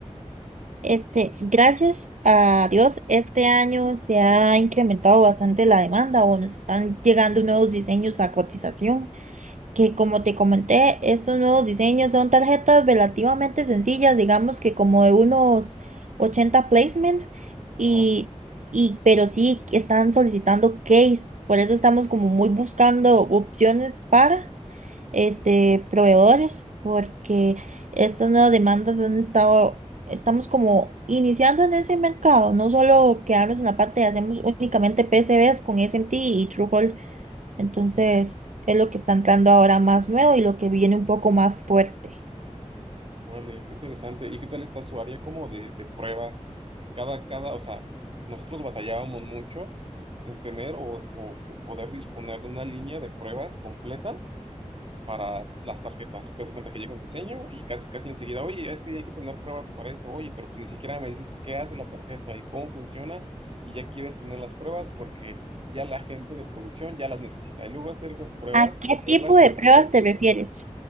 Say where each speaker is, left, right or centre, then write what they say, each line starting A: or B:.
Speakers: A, on the right; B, on the right.
A: Este, gracias a Dios, este año se ha incrementado bastante la demanda o nos están llegando nuevos diseños a cotización. que como te comenté, estos nuevos diseños son tarjetas relativamente sencillas, digamos que como de unos 80 placement, y,
B: Ajá.
A: y, pero sí que están solicitando case, por eso estamos como muy buscando opciones para este proveedores, porque estas nuevas demandas han estado, estamos como iniciando en ese mercado, no solo quedarnos en la parte de hacemos únicamente PCBs con SMT y TrueHold, entonces,
B: Ujú.
A: es lo que está entrando ahora más nuevo y lo que viene un poco más fuerte.
B: Vale, qué interesante. ¿Y qué tal está su área como de, de pruebas? Cada, cada, o sea, nosotros batallábamos mucho en tener o o- o poder disponer de una línea de pruebas completa para las tarjetas, porque se cuenta que llega un diseño y casi casi enseguida, oye, es que hay que tener pruebas para esto, oye, pero pues ni siquiera me dices qué hace la tarjeta y cómo funciona y ya quieres tener las pruebas porque ya la gente de producción ya las necesita. Y luego hacer esas pruebas
A: ¿A qué
B: y hacerlas
A: tipo de
B: sencillas,
A: pruebas te refieres?